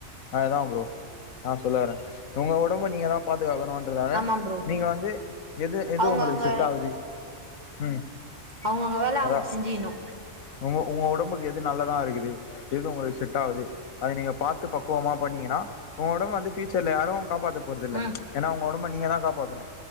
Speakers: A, on the left (about 80°); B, on the right (about 30°).
A: அதுதா ப்ரோ ஆ சொல்ல வரேன் ஒங்க ஒடம்ப நீங்கதா பாதுகாக்கணு றாங்க
B: ஆமா ப்ரோ
A: நீங்க வந்து எது எது
B: அவுங்க
A: ஒங்களுக்கு
B: அவுங்க
A: செட் ஆவுது ம்
B: அவங்கவுங்க வேல அவங்க
A: அதா
B: செஞ்சிக்ணு
A: உங்க உங்க ஒடம்புக்கு எது நல்லதா இருக்குது எது உங்களுக்கு செட் ஆவுது அது நீங்க பாத்து பக்குவமா பண்ணீங்கன்னா ஒங்க ஒடம்ப வந்து ஃபியூச்சர்ல யாரு காப்பாத்த போறதில்ல
B: ம்
A: ஏன்னா ஒங்க ஒடம்ப நீங்கதா காப்பாத்தணு